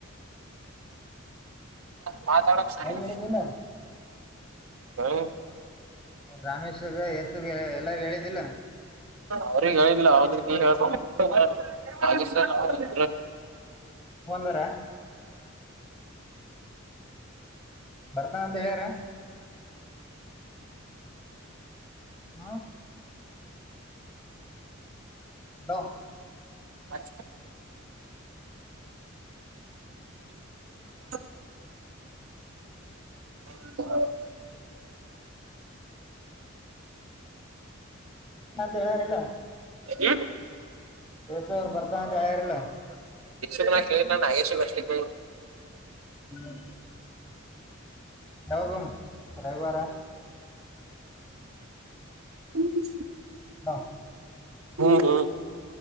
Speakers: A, on the right; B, in the centre.
A: ವಾತಾವರಣ ಸರಿ.
B: ಅವ್ರಿಗೆ ಹೇಳಿದಿಲ್ಲ
A: ಹೌ
B: ರಾಮೇಶ್ಗ ಯಸುಗ್ ಎಲ್ಲಾರು ಹೇಳಿದ್ದಿಲ್ಲ.
A: ಅವ್ರಿಗೆ ಹೇಳಿಲ್ಲ ಅವನಿಗೆ ಹೇಳಬಕೀತ್ತು ರಾಜು ಸರ್......
B: ಬಂದರ. ಬರ್ತಾನ ಅಂತ ಹೇಳ್ಯಾರ. ಹಾ ಹಲೋ..
A: ಅ <inaudible> ಹ <unintelligible> ಹ <unintelligible>
B: ಹ <unintelligible> ನಾ ಯಾರಿಲ್ಲ.
A: ಹೇ <inaudible>
B: ತವ್ರು ಬರ್ತಾ ಅಂತ ಯಯಾರಲ್ಲ <unintelligible>
A: ಯಶು ನಾ ಕೇಳಿಲ್ಲ ನಾಗ ಯಶು ಅಷ್ಟು.
B: ಹ್ಮ್. ಯಾವಾಗ್ಮ್ ರವಿವಾರ.
A: ಬಷ <inaudible>
B: ಹಾ
A: ಹ್ಮ ಹ್ಮ